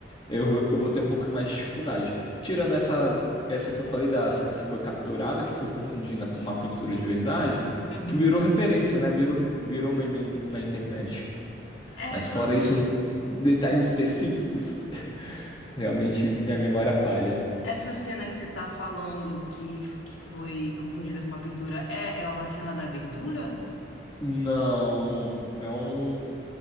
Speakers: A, on the left; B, on the left.
A: eu, eu vou ter um pouco mais de dificuldade. Tirando essa, essa que eu falei da cena que foi capturada, que foi confundida com uma pintura de verdade,
B: uhum.
A: que virou referência, né? Virou, virou meme na internet.
B: É
A: Mas
B: só.
A: fora isso, detalhes específicos, <laughs> realmente minha memória falha.
B: Essa cena que você tá falando que, que foi confundida com uma pintura é, é uma cena da abertura?
A: Não, é um.